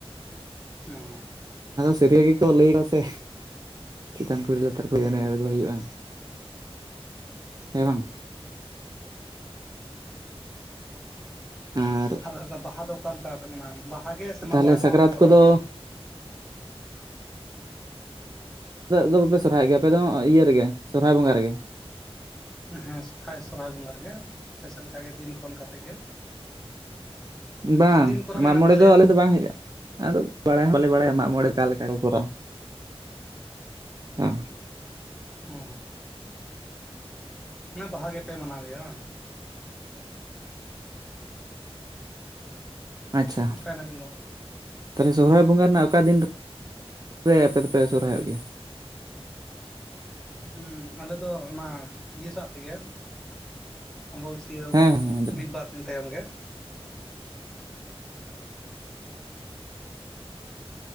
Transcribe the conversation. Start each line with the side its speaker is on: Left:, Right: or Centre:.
Centre: ᱚ
Right: ᱥᱟᱹᱨᱭᱟᱹ ᱜᱮᱠᱚ ᱞᱟᱹᱭᱫᱟ ᱥᱮ ᱪᱮᱛᱟᱱ ᱠᱚᱤ ᱞᱟᱛᱟᱨ ᱠᱚ
Centre: ᱦᱩᱸ
Right: ᱮᱱᱮᱡ ᱟᱬᱜᱚ ᱦᱩᱭᱩᱜᱼᱟ ᱦᱮᱸ ᱵᱟᱝ ᱟᱨ
Centre: ᱦᱮᱸ ᱟᱨ ᱵᱟᱦᱟ ᱫᱚ ᱚᱠᱟᱞᱮᱠᱟ ᱯᱮ ᱢᱟᱱᱟᱣ-ᱟ ᱵᱟᱦᱟ ᱜᱮ ᱥᱮ ᱢᱟᱜ
Right: ᱛᱟᱦᱚᱞᱮ
Centre: ᱢᱚᱬᱮ ᱠᱚᱦᱚᱸ
Right: ᱥᱟᱠᱨᱟᱛ
Centre: ᱯᱮ ᱠᱚᱨᱟᱣ
Right: ᱠᱚᱫᱚ
Centre: ᱜᱮᱭᱟ
Right: ᱱᱤᱛᱟᱜ ᱫᱚ ᱵᱟᱯᱮ ᱥᱚᱨᱦᱟᱭᱚᱜ ᱜᱮᱭᱟ ᱟᱯᱮ ᱫᱚ ᱤᱭᱟᱹ ᱨᱮᱜᱮ ᱥᱚᱨᱦᱟᱭ ᱵᱚᱸᱜᱟ ᱨᱮᱜᱮ
Centre: ᱦᱮᱸ ᱥᱚᱨᱦᱟᱭ ᱥᱚᱨᱚᱦᱦᱟᱭ ᱵᱚᱸᱜᱟ ᱨᱮᱜᱮ ᱟᱯᱮ ᱥᱮᱫ ᱞᱮᱠᱟᱜᱮ ᱫᱤᱱ ᱠᱷᱚᱱ ᱠᱟᱛᱮᱜ ᱜᱮ
Right: <inaudible> ᱵᱟᱝ
Centre: ᱟᱨ ᱫᱤᱱ ᱠᱚᱨᱟ
Right: ᱢᱟᱜ
Centre: ᱢᱮᱱᱟᱜ
Right: ᱢᱚᱬᱮ
Centre: ᱛᱟᱞᱮᱭᱟ
Right: ᱫᱚ ᱟᱞᱮ ᱫᱚ ᱵᱟᱝ ᱦᱩᱭᱩᱜ-ᱟ ᱟᱨ ᱵᱟᱲᱟᱭ ᱦᱚᱸᱞᱮ ᱵᱟᱲᱟᱭᱟ ᱢᱟᱜ ᱢᱚᱬᱮ ᱢᱚᱬᱮ ᱟᱠᱟ ᱞᱮᱠᱟ ᱠᱚ ᱠᱚᱨᱟᱣ-ᱟ ᱦᱮᱸ
Centre: ᱦᱮᱸ ᱦᱮᱸ ᱵᱟᱦᱟ ᱜᱮᱯᱮ ᱢᱟᱱᱟᱣ ᱜᱮᱭᱟ ᱵᱟᱝᱟᱝ
Right: ᱟᱪᱪᱷᱟ
Centre: ᱚᱠᱟᱭᱱᱟᱵᱤᱱ ᱜᱚ
Right: ᱛᱟᱦᱞᱮ ᱥᱚᱦᱦᱟᱭ ᱵᱚᱸᱜᱟ ᱨᱮᱱᱟᱜ ᱚᱠᱟ ᱫᱤᱱ ᱨᱮ ᱟᱯᱮ ᱫᱚᱯᱮ ᱥᱚᱨᱦᱟᱭᱚᱜ ᱜᱮᱭᱟ
Centre: ᱦᱩᱸ ᱟᱞᱮ ᱫᱚ ᱚᱱᱟ ᱤᱭᱟᱹ ᱥᱟᱶᱟᱜ ᱛᱮᱜᱮ ᱟᱵᱟᱵᱚᱥᱤᱭᱟ
Right: ᱦᱮᱸ ᱦᱮᱸ ᱡᱚᱦᱟᱨ,
Centre: ᱢᱤᱫ ᱵᱟᱨ ᱫᱤᱱ ᱛᱟᱭᱚᱢ ᱜᱮ